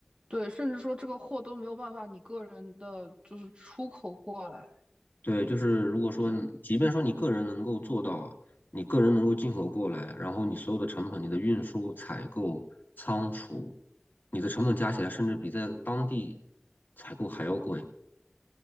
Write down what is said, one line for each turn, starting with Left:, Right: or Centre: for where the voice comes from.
Right: 对，甚至说这个货都没有办法你个人的就是出口过来，
Left: 对，就是如果说你即便说你个人能够做到，
Right: 对。
Left: 你个人能够进口过来，然后你所有的成本，你的运输、采购、仓储，你的成本加起来，甚至比在当地采购还要贵。